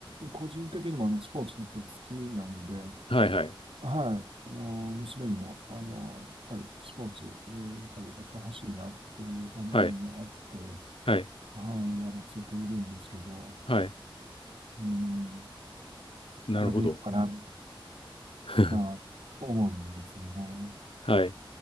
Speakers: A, on the right; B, on the left.
A: 個人的にもあのスポーツ結構好きなんで、
B: はい。はい。
A: はい、あの娘にもあのやっぱりスポーツ、うんやっぱりやってほしいなっていう思いがあって、
B: はい。はい。
A: はい、やらせているんですけど、
B: はい。
A: うん、
B: なるほど。
A: これでいいかな
B: <laughs>
A: と思うんですよね。
B: はい。